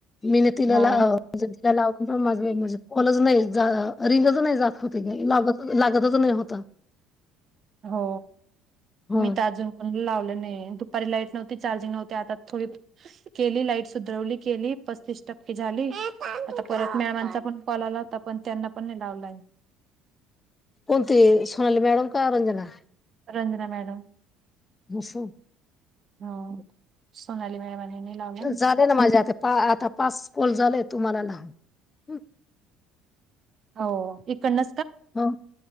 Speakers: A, on the left (about 25°); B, on the right (about 45°).
A: मीने तिला
B: हो.
A: लाव तिला लावला पण माझे काॅलच नाही रिंगच नाही जात होती ग लागतच नाही होता.
B: हो
A: हो.
B: मी तर अजून कोणाला लावलं नाही दुप पर लाइट नव्हती चार्जिंग नव्हती आता थोडी केली लाईट सुधरवली केली पस्तीस टक्के झाली प आता परत मॅमाचा पण कॉल आला आता पण त्यांना पण नाही लावला ये.
A: कोणती सोनाली मॅडम का रंजना
B: रंजना मॅडम
A: भूसु
B: हो. सोनाली मॅडमांनी नाही लावला.
A: जाले ना माझे आ पा आता पास कॉल झालये तू मला लाव.
B: हो इकडन
A: हो